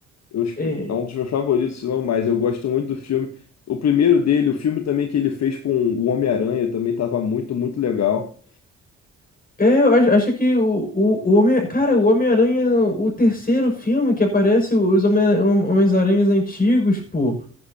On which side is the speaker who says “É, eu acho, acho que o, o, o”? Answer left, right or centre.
Left